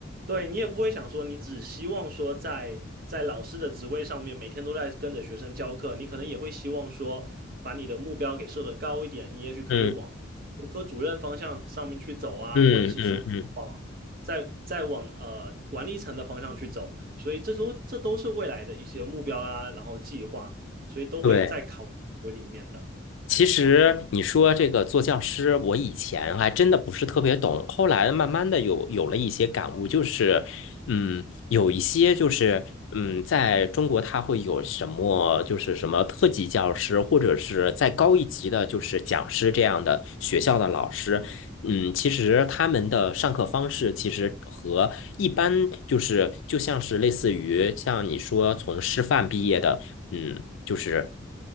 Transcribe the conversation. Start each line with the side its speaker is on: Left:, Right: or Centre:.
Right: 对你也不会想说，你只希望说在在老师的职位上面每天都在跟着学生教课，你可能也会希望说把你的目标给设得高一点，你也许可以往。
Left: 嗯
Right: 科主任方向上面去走啊，
Left: 嗯嗯嗯，
Right: 或者是说再再往呃管理层的方向去走，所以这都这都是未来的一些目标啊，然后计划，所以都会在考核里面的。
Left: 对。其实你说这个做教师，我以前还真的不是特别懂，后来慢慢的有有了一些感悟，就是，嗯，有一些就是，嗯，在中国他会有什么，就是什么特级教师，或者是再高一级的，就是讲师这样的学校的老师，嗯，其实他们的上课方式其实和一般就是就像是类似于像你说从师范毕业的。嗯，就是